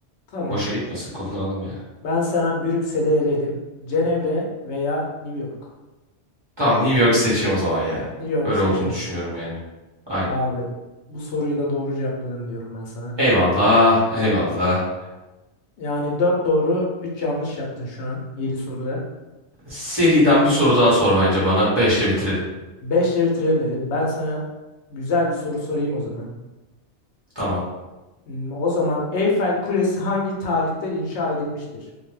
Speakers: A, on the left; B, on the right.
A: Tamam.
B: Boşa gitmesin kullanalım yani.
A: Ben sana Brüksel'i eledim. Cenevre veya New York.
B: Tamam New York seçeyim o zaman ya.
A: New York'u
B: Öyle
A: seçiyor
B: olduğunu
A: musun?
B: düşünüyorum yani. Aynen.
A: Abi bu soruyu da doğru cevapladın diyorum ben sana.
B: Eyvallah, eyvallah.
A: Yani 4 doğru 3 yanlış yaptın şu an 7 soruda.
B: Seriden bir soru daha sor bence bana. Beşte bitirelim.
A: 5 ile bitirelim dedim. Ben sana güzel bir soru sorayım o zaman.
B: Tamam.
A: Hmm, O zaman Eyfel Kulesi hangi tarihte inşa edilmiştir?